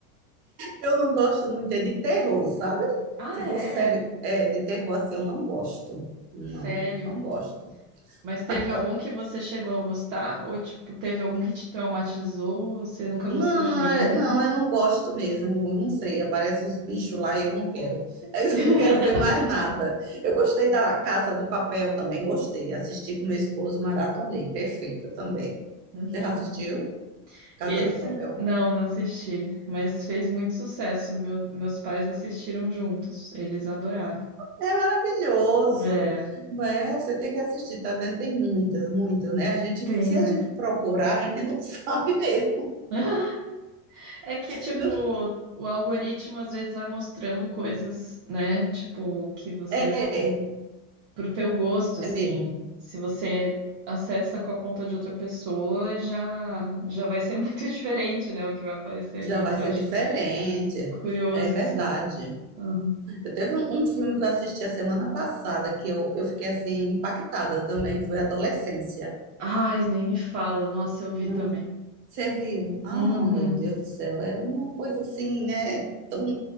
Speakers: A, on the right; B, on the right.
A: Eu não gosto muito é de terror, sabe?
B: Ah,
A: Se fosse
B: é?
A: série é, de terror assim, eu não gosto. Não,
B: Sério?
A: não gosto.
B: Mas teve
A: A-
B: algum que você chegou a gostar? Ou, tipo, teve algum que te traumatizou? Você nunca
A: Não,
B: gostou de
A: não,
B: nenhum?
A: é, não, eu não gosto mesmo. Eu Não sei, aparecem os bichos lá e eu não quero. <laughs> Eu
B: <laughs>
A: não quero ver mais nada. Eu gostei da Casa de Papel também, gostei. Assisti com meu esposo, maratonei. Perfeita também.
B: Uhum.
A: Você já assistiu Casa
B: Esse,
A: de Papel?
B: não, não assisti. Mas fez muito sucesso. Meu- meus pais assistiram juntos. Eles adoraram.
A: É maravilhoso,
B: É,
A: né? Você tem que assistir, tá vendo? Tem muitas, muitas, né? A gente,
B: tem,
A: se a
B: né?
A: gente procurar, a gente não <laughs> sabe mesmo.
B: <laughs> É que, tipo,
A: Não-
B: o algoritmo às vezes vai mostrando coisas, né? Tipo, que você,
A: é,
B: pro teu gosto, assim,
A: é mesmo.
B: se você acessa com a conta de outra pessoa, já já vai ser <laughs> muito diferente, né? O que vai aparecer ali.
A: Já vai
B: Isso
A: ser
B: eu acho
A: diferente.
B: curioso
A: É verdade.
B: isso, né? Uhum.
A: Eu teve um, um filme que eu assisti a semana passada que eu, eu fiquei assim impactada também, foi Adolescência.
B: Ai, nem me fala. Nossa, eu vi
A: Eu,
B: também.
A: Você viu? Ah,
B: Uhum.
A: meu Deus do céu, era uma coisa assim, né? Tão...